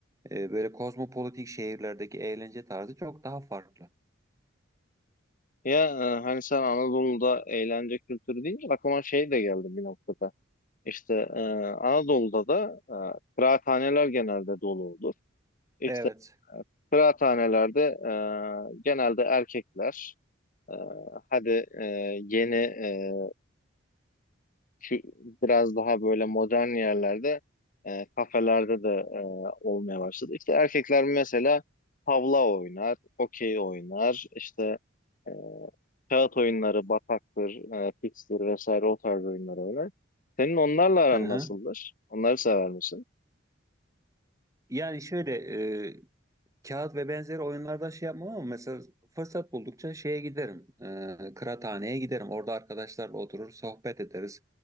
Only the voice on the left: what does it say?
Ya e, hani sen Anadolu'da eğlence kültürü deyince aklıma şey de geldi bir noktada. İşte e, Anadolu'da da e, kıraathaneler genelde dolu olur. İşte
e, kıraathanelerde e, genelde erkekler e, hadi e, yeni e, kü- biraz daha böyle modern yerlerde e, kafelerde de e, olmaya başladı. İşte erkekler mesela tavla oynar, okey oynar, işte e, kağıt oyunları, bataktır, e, pikstir vesaire o tarz oyunları oynar. Senin onlarla aran
nasıldır? Onları sever misin?